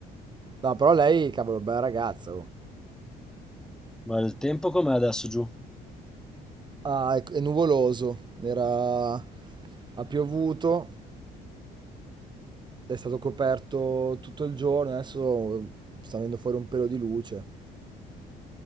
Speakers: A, on the right; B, in the centre.
A: No, però lei, cavolo, bella ragazza. oh.
B: Ma il tempo com'è adesso giù?
A: Ah, è, è nuvoloso. Era... Ha piovuto, È stato coperto tutto il giorno. Adesso sta venendo fuori un pelo di luce.